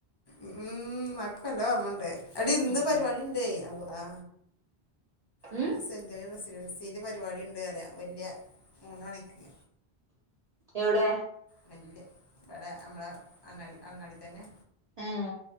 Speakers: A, on the left; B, on the right.
A: ഉം അഹ്ക്കല്ലോ ഓർമണ്ട് അടി ഇന്ന്
B: ഉം
A: പരിപാടിണ്ടേ അള്ളാ ഇന്ന്
B: ഉം
A: സെഞ്ചുണ റെസിഡൻസിൽ പരിപാടിണ്ട് അറിയ വല്യ മൂന്ന് മണിക്ക്
B: എവിടെ
A: വല്യ ഇവടെ നമ്മള അങ്ങാടി അങ്ങാടി തന്നെ
B: ഉം